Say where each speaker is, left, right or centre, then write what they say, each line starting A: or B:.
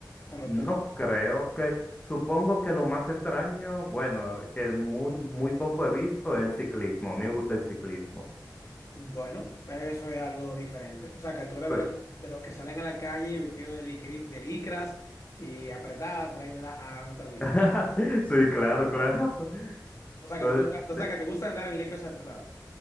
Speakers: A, on the left (about 45°); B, on the left (about 20°).
A: Cuando
B: no
A: te...
B: creo que, supongo que lo más extraño, bueno, que muy, muy poco he visto, es el ciclismo. A mí me gusta el ciclismo.
A: Bueno, eso es algo diferente. O sea, que tú eres de,
B: Sí,
A: lo- de los que salen a la calle vestidos de, licri- de licras y apretadas para ir a, la- a montar bici.
B: <laughs> sí, claro, claro. <laughs>
A: O sea, que
B: Eh,
A: te gusta, o
B: de-
A: sea, que te gusta andar en licras apretadas.